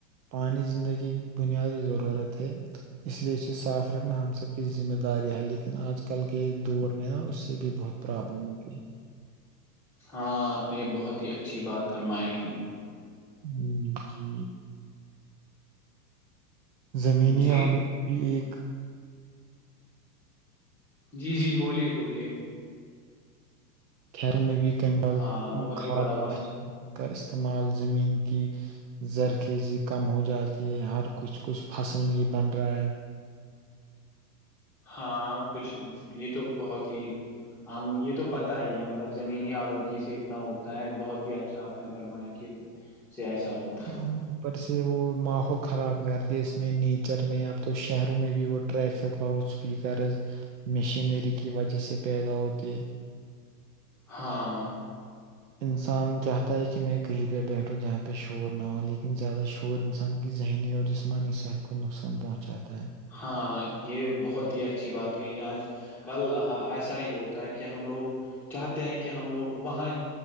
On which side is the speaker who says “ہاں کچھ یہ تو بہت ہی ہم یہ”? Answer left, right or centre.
Centre